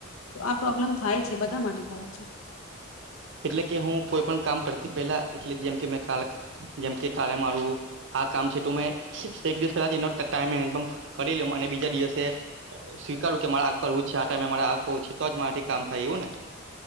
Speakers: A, on the left; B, on the right.
A: તો આ પ્રોબ્લેમ થાય છે બધા માટે થાય છે
B: એટલે કે હું કોઈ પણ કામ કરતી પેલા એટલે જેમકેલે જેમકે કાલે મારું આ કામ છે મેં એક દિવસ પલા ટ મે કરી લ અને બીજા દિવસે સ્વીકારું કે મારે આ કરવું છે આ ટાઈમે મારે આવું છે તો જ મારાથી કામ થાય એવું ને